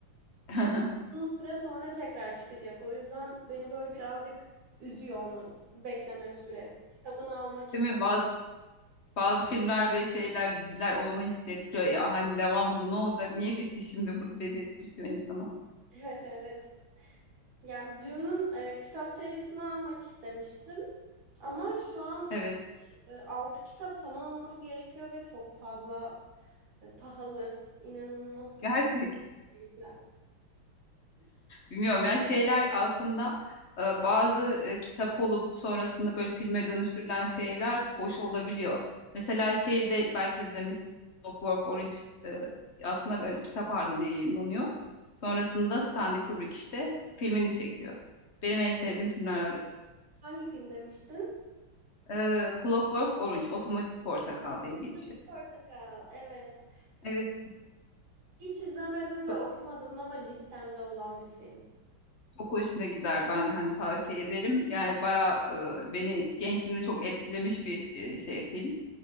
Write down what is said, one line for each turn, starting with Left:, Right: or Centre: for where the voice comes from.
Left: <laughs>
Right: Ve uzun süre sonra tekrar çıkacak. O yüzden beni böyle birazcık üzüyor onu bekleme süresi. Kitabını almak istedim.
Left: Değil mi? Bazı, bazı filmler ve şeyler, diziler onu hissettiriyor ya. Hani devamında ne olacak? Niye bitti şimdi bu dedirtiyor insana.
Right: Evet evet. Yani Dune'un e, kitap serisini almak istemiştim. Ama şu an
Left: Evet.
Right: kaç, 6 kitap falan olması gerekiyor ve çok fazla e, pahalı. İnanılmaz pahalı
Left: Gerçek.
Right: büyükler.
Left: Bilmiyorum ya şeyler aslında e, bazı e, kitap olup sonrasında böyle filme dönüştürülen şeyler hoş olabiliyor. Mesela şeyde belki izlemiş Clockwork Orange e, aslında böyle kitap halinde yayınlanıyor. Sonrasında Stanley Kubrick işte filmini çekiyor. Benim en sevdiğim filmler arasında.
Right: Hangi film demiştin?
Left: E, Clockwork Orange, Otomatik Portakal diye
Right: Matematik
Left: geçiyor.
Right: Portakal. Evet.
Left: Evet.
Right: Hiç izlemedim ve
Left: Çok,
Right: okumadım ama listemde olan bir film.
Left: çok hoşuna gider ben hani tavsiye ederim. Yani bayağı e, beni gençliğimde çok etkilemiş bir e, şey film.